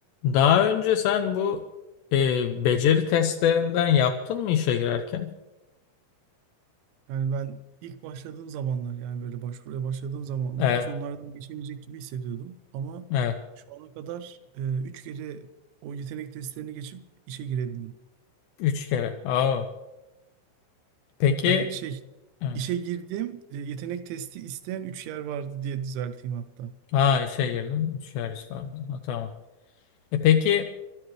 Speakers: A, on the left (about 80°); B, on the right (about 80°).
A: Daha önce sen bu e, beceri testlerinden yaptın mı işe girerken?
B: Yani ben ilk başladığım zamanlar yani böyle başvuruya başladığım zamanlar
A: Evet,
B: hiç onlardan geçemeyecek gibi hissediyordum. Ama
A: evet.
B: şu ana kadar e, üç kere o yetenek testlerini geçip işe girebildim.
A: Üç kere. Aa, peki,
B: Hani şey
A: evet.
B: işe girdiğim e, yetenek testi isteyen üç yer vardı diye düzelteyim hatta.
A: Ha işe girdin. Üç kere istedin. Ha, tamam. E peki